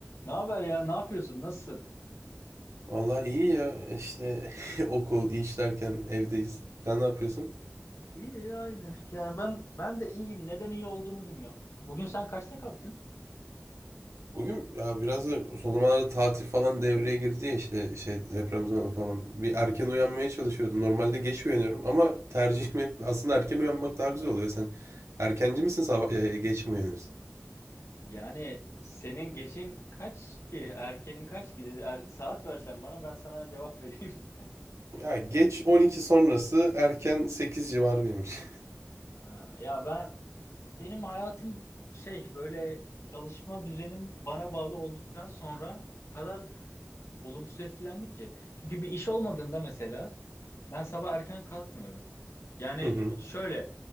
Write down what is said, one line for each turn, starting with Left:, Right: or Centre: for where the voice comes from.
Left: Ne haber ya? Ne yapıyorsun? Nasılsın?
Right: Vallahi iyi ya işte <laughs> okul, iş derken evdeyiz. Sen ne yapıyorsun?
Left: İyi aynı. Yani ben ben de iyiyim. Neden iyi olduğumu bilmiyorum. Bugün sen kaçta kalktın?
Right: Bugün ya biraz da son zamanlarda tatil falan devreye girdi ya işte şey deprem zamanı falan. Bir erken uyanmaya çalışıyordum. Normalde geç uyanıyorum ama tercihim hep aslında erken uyanmak daha güzel oluyor. Sen erkenci misin sabah e, geç mi uyanıyorsun?
Left: Yani senin geçin kaç ki? Erkenin kaç ki dedi. Er- saat versen bana ben sana cevap vereyim. <laughs>
Right: Ya geç 12 sonrası erken 8 civarı benim için.
Left: Ha, ya ben benim hayatım şey böyle çalışma düzenim bana bağlı olduktan sonra o kadar olumsuz etkilendi ki. Çünkü bir iş olmadığında mesela ben sabah erken kalkmıyorum. Yani
Right: <laughs> Hı hı,
Left: şöyle